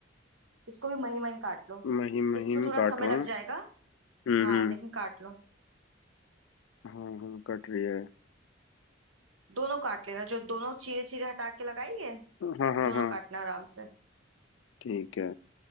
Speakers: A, on the right; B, on the left.
A: इसको भी महीन महीन काट लो
B: महीम महीम
A: इसमें थोड़ा
B: काट
A: समय
B: रहा
A: लग
B: हूँ
A: जाएगा
B: हम्म
A: हाँ
B: हम्म
A: लेकिन काट लो
B: हाँ हाँ कट रही है
A: दोनों काट लेना जो दोनों चीरे चीरे हटा के लगाई है
B: हाँ हाँ
A: दोनों
B: हाँ
A: काटना आराम से
B: ठीक है